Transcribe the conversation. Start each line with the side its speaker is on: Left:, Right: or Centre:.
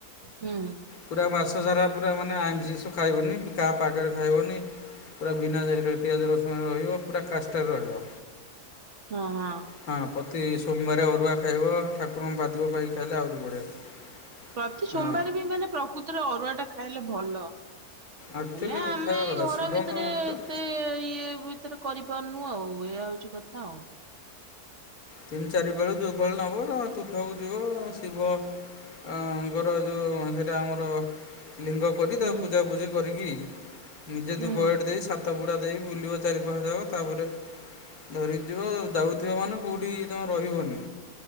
Right: ହୁଁ
Left: ପୁରା ମାସ ସାରା ପୁରା ମାନେ ଆଇମ ଜିନିଷ ଖାଇବନି କାହା ପାଗରେ ଖାଇବନି। ପୁରା ବିନା ପିଆଜ ରସୁଣ ରେ ରହିବ ପୁରା କା ରହିବ
Right: ହଁ ହଁ
Left: ହଁ ପ୍ରତି ସୋମବାର ଅରୁଆ ଖାଇବ ଠାକୁରଙ୍କ ପାଦୁଅ କହି ଖାଇଲେ ଆହୁରି ବଢ଼ିଆ
Right: ପ୍ରତି ସୋମବାର
Left: ହଁ
Right: ବି ମାନେ ପ୍ରକୃତରେ ଅରୁଆ ଟା ଖାଇଲେ ଭଲ।
Left: ଆକ୍ଚୁଆଲି
Right: ହେଲେ ଆମେ
Left: ଖାଇବା
Right: ଏଇ
Left: କଥା
Right: ଘର
Left: ଶିବଙ୍କ
Right: ଭିତରେ
Left: ଭକ୍ତ
Right: ଏତେ ଇଏ ଭିତରେ କରି ପାନୁ ଆଉ ଏଇୟ ହଉଛି କଥା ଆଉ।
Left: ତିନି ଚାରି ବେଳ ଯୋଉ ବେଳ ନବ ତୁଠକୁ ଯିବ ଶିବ ଅ ତୋର ଯୋଉ ସେଇଟା ଆମର ଲିଙ୍ଗ କରି
Right: ହୁଁ
Left: ତା ପୂଜାପୂଜି କରିକି ନିଜେ
Right: ହୁଁ
Left: ଧୂପ କାଠି ଦେଇ ସାତ ପୁଡା ଦେଇ ବୁଲିବ ଚାରି ପାଖେ ଯାକ ତାପରେ ଧରିକି ଯିବ ଯାଉଥିବ ମାନେ କୋଉଠି ତମେ ରହିବନି।